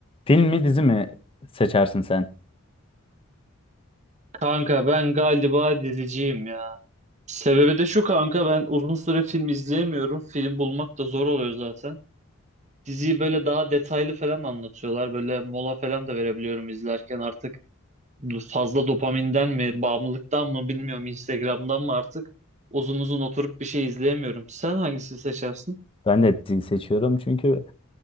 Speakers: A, on the left; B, on the right.
A: Film mi dizi mi seçersin sen?
B: Kanka ben galiba diziciyim ya. Sebebi de şu kanka ben uzun süre film izleyemiyorum. Film bulmak da zor oluyor zaten. Diziyi böyle daha detaylı falan anlatıyorlar. Böyle mola falan da verebiliyorum izlerken artık fazla dopaminden mi, bağımlılıktan mı bilmiyorum. Instagram'dan mı artık uzun uzun oturup bir şey izleyemiyorum. Sen hangisini seçersin?
A: Ben de dizi seçiyorum çünkü